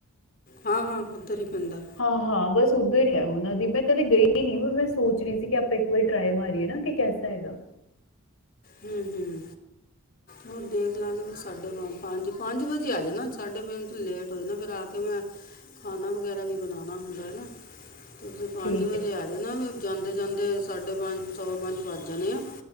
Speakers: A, on the left; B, on the left.
A: ਹਾਂ- ਹਾਂ ਉੱਧਰ ਈ ਪੈਂਦਾ।
B: ਹਾਂ- ਹਾਂ ਬਸ ਉੱਧਰ ਈ ਆ ਉਹਨਾਂ ਦੀ, ਮੈਂ ਕਦੇ ਗਈ ਹੀ ਨੀ ਮੈਂ ਸੋਚ ਰਹੀ ਸੀ ਕਿ ਆਪਾਂ ਇੱਕ ਵਾਰੀ ਟਰਾਈ ਮਾਰੀਏ ਨਾ ਕਿ- ਹੈਗਾ।
A: ਹੂੰ -ਹੂੰ। ਹਾ ਦੇਖ ਲਾਂਗੇ ਫ ਸਾਢੇ ਪੰਜ, ਪੰਜ- ਪੰਜ ਵਜੇ ਆ ਜਾਣਾ ਸਾਢੇ ਪੰਜ ਚ ਲੇਟ ਹੋ ਜਾਣਾ ਫੇਰ ਰਾ- ਕਿ ਮੈਂ ਖਾਣਾ ਵਗੈਰਾ ਵੀ ਬਣਾਣਾ ਹੁੰਦਾ ਹੈ ਨਾ ਤੁਸੀਂ ਪੰਜ
B: ਠੀਕ
A: ਵਜੇ
B: ਹੈ
A: ਆ ਜਾ ਨਾ ਵੀ ਜਾਂਦੇ- ਜਾਂਦੇ ਸਾਢੇ ਪੰਜ, ਸਵਾ ਪੰਜ ਵੱਜ ਜਾਣੇ ਆ।